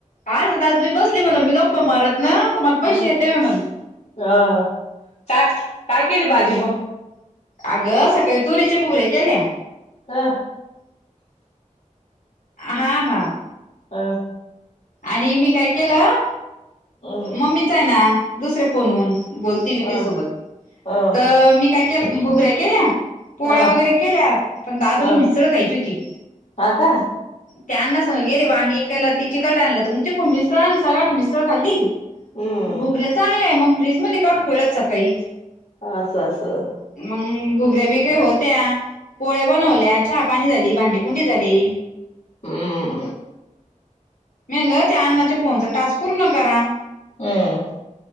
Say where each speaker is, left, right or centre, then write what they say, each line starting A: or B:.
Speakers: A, on the left; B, on the left.
A: आ दाजी, मी बसली म्हण मी गप्प मारत. ना तुम्हाला पैसे
B: हम्म
A: येत्या म्हणाल.
B: अ काय टाक, काय केली भाजी मग.
A: अगं सकाळी तुरीच्या बुगरे केल्या.
B: ह.
A: हा हा.
B: ह.
A: आणि मी काय केलं.
B: अ
A: मम्मीच आहे ना, दुसरे फोनहून बोलते मी
B: अ
A: तिच्या सोबत.
B: अ
A: तर मी काय केलं गुगऱ्या केल्या. पोळ्या
B: हा
A: वगैरे केल्या, पण दादुला
B: हा
A: मिसळ खायची होती.
B: हा का
A: त्यांना सग गेले वांगी विकायला, ती चिकट आणल तर मग ते कोण मिसळ सगळ्यांना मिसळ खाल्ली.
B: हम्म
A: घुगऱ्या चांगलं आहे, मग फ्रीज मध्ये काढून ठेवलात सकाळीच.
B: असं-असं.
A: मग घुगऱ्या बिगऱ्या होत्या. पोळ्या बनवल्या, चहा पाणी झाली, भांडीकुंडी झाली.
B: हम्म.
A: मी म्हटल त्या अण्णाच्या फोनचा टास्क पूर्ण करा.
B: हम्म.